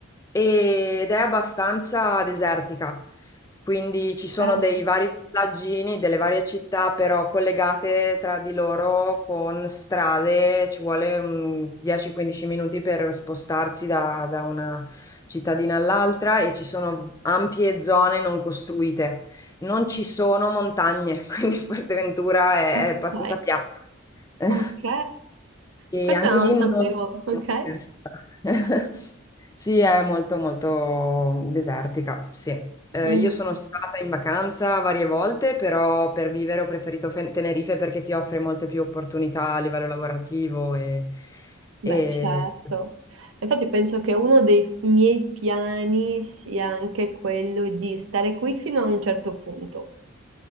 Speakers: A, on the left; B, on the right.
A: ed è abbastanza desertica. Quindi ci sono
B: Eh,
A: dei vari villaggini, delle varie città, però collegate tra di loro con strade, ci vuole mm, 10-15 minuti per spostarsi da da una cittadina all'altra e ci sono ampie zone non costruite. Non ci sono montagne, <laughs> quindi Fuerteventura è,
B: ok,
A: è abbastanza piatta. <laughs>
B: ok.
A: E
B: Questo
A: anche
B: non
A: lì
B: lo sapevo,
A: non
B: ok?
A: è una persona. <laughs> Sì, è molto molto desertica, sì. Eh,
B: Mm.
A: io sono stata in vacanza varie volte, però per vivere ho preferito Fe- Tenerife perché ti offre molte più opportunità a livello lavorativo e e-
B: Beh, certo. Infatti penso che uno dei miei piani sia anche quello di stare qui fino a un certo punto